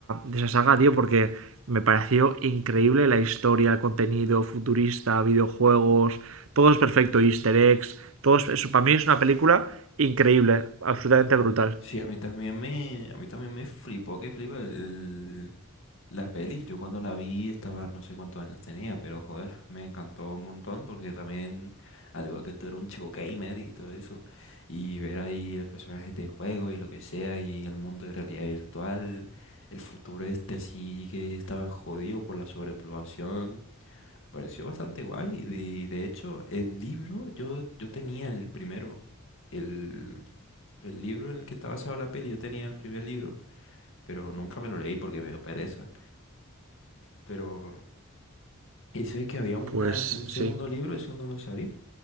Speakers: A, on the right (about 70°); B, on the left (about 65°).
A: de esa saga, tío, porque me pareció increíble la historia, el contenido futurista, videojuegos, todo es perfecto, easter eggs, todo es- eso. Para mí es una película increíble, absolutamente brutal.
B: Sí, a mí también me, a mí también me flipó, que flipa el, La peli, yo cuando la vi estaba, no sé cuántos años tenía, pero joder, me encantó un montón porque también, al igual que tú eres un chico gamer y todo eso, y ver ahí los personajes de juego y lo que sea, y el mundo de realidad virtual, el futuro este así que estaba jodido por la sobrepoblación, pareció bastante guay. Y de, de hecho, el libro, yo, yo tenía el primero, el, el libro en el que está basado la peli, yo tenía el primer libro, pero nunca me lo leí porque me dio pereza. Pero y sé que había una,
A: Pues
B: un segundo
A: sí.
B: libro, eso no lo sabía.